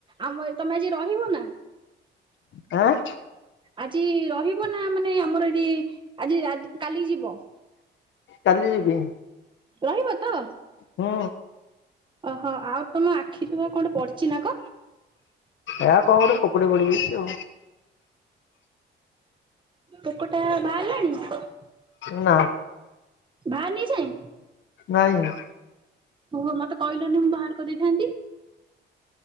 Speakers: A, on the right; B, on the left.
A: ଆମେ ତମେ ଆଜି ରହିବ ନା?
B: ଆଁ!
A: ଆଜି ରହିବ ନା ମାନେ ଆମର ଏଠି ଆଜି ରା କାଲି ଯିବ?
B: କାଲି ଯିବି।
A: ରହିବ ତ?
B: ହୁଁ।
A: ଓହୋ ଆଉ ତମ ଆଖି ରୁ ପା କଣ ଗୋଟେ ପଡିଛି ନା କଁ
B: ହେ ରା କଣ ଗୋଟେ ପୋକଟେ ପଡି ଯାଇଛି ଆଉ।
A: ପୋକ ଟା ବାହାରିଲାଣି?
B: ନା
A: ବାହାରିନି ଏଯାଏଁ
B: ନାଇଁ।
A: ହୁଅ ମତେ କହିଲନି ମୁଁ ବାହାର କରିଦେଇଥାନ୍ତି।